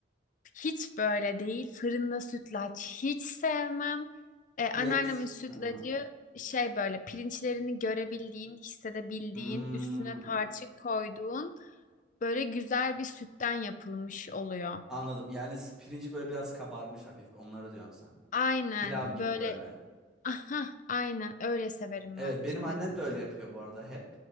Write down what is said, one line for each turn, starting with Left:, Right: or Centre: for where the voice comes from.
Left: hiç böyle değil. Fırında sütlaç hiç sevmem. E, anneannemin
Centre: Direkt.
Left: sütlacı
Centre: Ha.
Left: şey böyle pirinçlerini görebildiğin, hissedebildiğin,
Centre: Hmm,
Left: üstüne tarçın koyduğun böyle güzel bir sütten yapılmış oluyor.
Centre: anladım. Yani s- pirinci böyle biraz kabarmış hafif. Onları diyorsun sen.
Left: Aynen
Centre: Pilav gibi
Left: böyle
Centre: böyle.
Left: Aha, aynen öyle severim
Centre: Evet
Left: ben
Centre: benim
Left: sütlacı.
Centre: annem de öyle yapıyor bu arada hep.